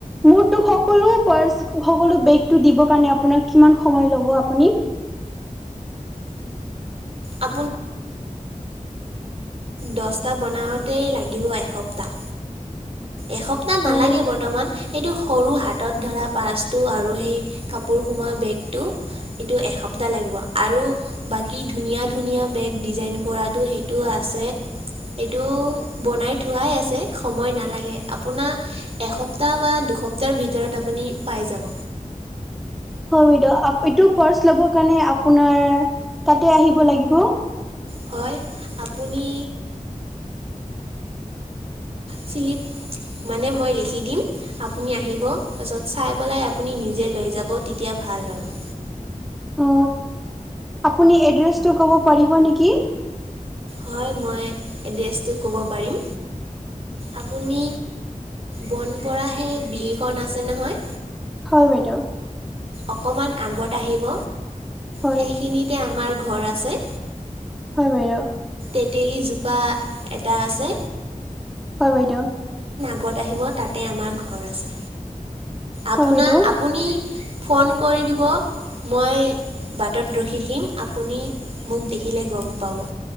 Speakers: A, in the centre; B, on the right.
A: মোৰটো সকলো ৰ্পচ সকলো বেগটোত দিব কাৰণে আপোনাক আপোনাৰ কিমান সময় লব আপুনি?
B: আপোন দছটা বনাওতে লাগিব এসপ্তাহ এসপ্তাহ নালাগে
A: উম
B: বৰ্তমান সেইটো সৰু হাতত ধৰা পাৰ্চটো আৰু সেই কাপোৰ সোমোৱা বেগটো। এইটো এসপ্তাহ লাগিব আৰু বাকী ধুনীয়া-ধুনীয়া বেগ ডিজাইন কৰাটো সেইটো আছে। এইতো বনাই থোৱাই আছে সময় নালাগে আপোনা এসপ্তাহ বা দুসপ্তাহ ভিতৰত আপুনি পাই যাব।
A: হয় বাইদেউ আপ এইটো পাৰ্চ ল'ব কাৰণে আপোনাৰ তাতে আহিব লাগিব।
B: হয় আপুনি চিলিপ মানে মই লিখি দিম আপুনি আহিব তাৰ পাছত চাই পেলাই আপুনি নিজে লৈ যাব তেতিয়া ভাল আৰু।
A: অ আপুনি এড্ৰেছটো ক'ব পাৰিব নেকি?
B: হয় মই এড্ৰেছটো ক'ব পাৰিম আপুনি বনপৰা সেই বিলখন আছে নহয়
A: হয় বাইদেউ।
B: অকমান আগত আহিব
A: হয়
B: সেইখিনিতে আমাৰ ঘৰ আছে।
A: হয় বাইয়।
B: তেতেলীজোপা এটা আছে।
A: হয় বাইদ।
B: গত আহিব তাতে আমাৰ ঘৰ আছে। আপোনা
A: হয় বাইদেউ
B: আপুনি ফোন কৰি দিব মই বাটত ৰখি থাকিম আপুনি মোক দেখিলে গম পাব।